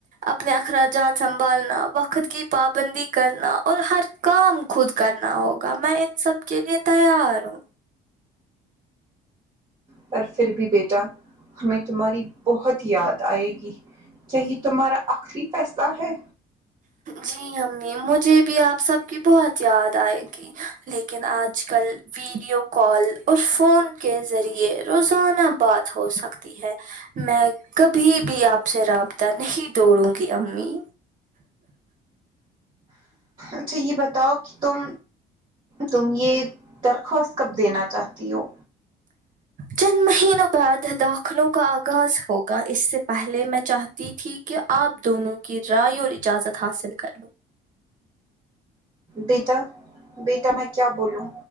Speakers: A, on the right; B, on the right.
A: اپنے اخراجات سنبھالنا وقت کی پابندی کرنا اور ہر کام خود کرنا ہوگا میں ان سب کے لیے تیار ہوں
B: پر پھر بھی بیٹا ہمیں تمہاری بہت یاد آئے گی کیا یہ تمہارا آخری فیصلہ ہے
A: جی امی مجھے بھی آپ سب کی بہت یاد آئے گی لیکن آج کل ویڈیو کال اور فون کے ذریعے روزانہ بات ہو سکتی ہے میں کبھی بھی آپ سے رابطہ نہیں دوڑوں گی امی
B: اچھا یہ بتاؤ کہ تم تم یہ درخواست کب دینا چاہتی ہو
A: چند مہینوں بعد داخلوں کا آغاز ہوگا اس سے پہلے میں چاہ تی تھی کہ آپ دونوں کی رائے اور اجازت حاصل کر لو
B: بیٹا بیٹا میں کیا بولوں